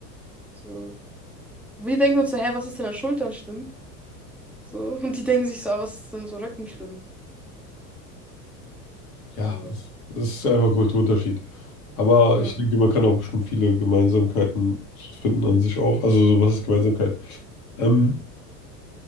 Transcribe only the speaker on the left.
äh, ja,
das, das ist einfach ein Kulturunterschied. Aber
ich denke, man kann auch bestimmt viele Gemeinsamkeiten so finden an sich auch. Also, so, was ist Gemeinsamkeit? Ähm,